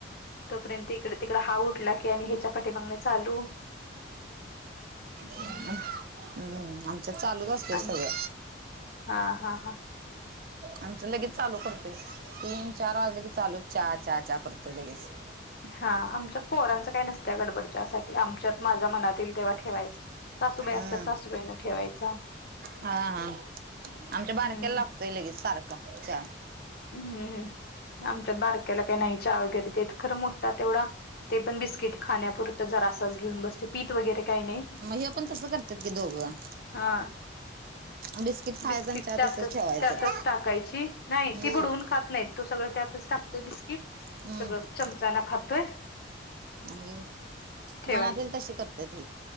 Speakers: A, on the left; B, on the right.
A: तोपर्यंत इक तिकड हा उठला की आणि ह्याच्या पाठी बगणे चालू हम्म.
B: हम्म आमचत चालू असतय
A: आणि
B: सगळं
A: हा हा हा
B: आमचं लगेच चालू करतोय तीन चार वाज लगेच चालू हा चहा चा करतोय लगेच
A: हा आमच्यात पोहरांच काही नसतं गडबडच्यासाठी आमच्यात माझ्या मनातील तेव्हा ठेवायच सासूबाई
B: हम्म
A: असतात सासूबाईन ठेवायच
B: हा हा आमच्या
A: हम्म
B: बारक्याला लागतोय लगेच सारखा चार
A: हम्मम् आमच्यात बारक्याला काही नाही चा वगैरे देत खरं मोठा तेवढा ते पण बिस्किट खाण्यापुरत जरा असाच घेऊन बसते पीत वगैरे काय नाही
B: मग हे पण तसं करतात की दोघं
A: हा
B: बिस्किट खायचं
A: बिस्किट
B: आणि चहा
A: त्यात
B: तसच ठेवायचं.
A: त्यातच टाकायची नाही
B: हम्म
A: ती बुडवून खात नाही तो सगळं त्यातच टाकतोय बिस्किट
B: हम्म
A: सगळं चमचाना खातोय
B: आणि
A: ठेवायच
B: मनातील
A: ते.
B: तशी करतात हे